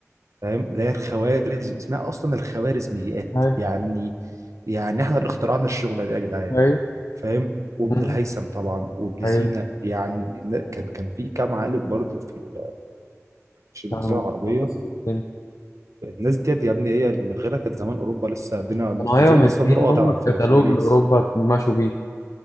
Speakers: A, on the right; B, on the left.
A: فاهم اللي هي الخوارز اسمها اصلا الخوارزميات
B: أيوه
A: يعني يعني احنا اللي اخترعنا الشغله دي يا جدعان
B: أيوه
A: فاهم وابن
B: مم،
A: الهيثم طبعا وابن
B: أيوه
A: سينا يعني ن- كان كان في كام عالم برضو في ال- في الجزيره
B: كانوا
A: العربيه
B: مخلصين الدنيا.
A: الناس ديت يا ابني هي من غيرها كانت زمان اوروبا لسه الدنيا
B: كانوا
A: كان
B: أيوه
A: زمان
B: مدين
A: لسه النور قاطع
B: هم الكتالوج
A: في, في باريس
B: لأوروبا مشوا بيه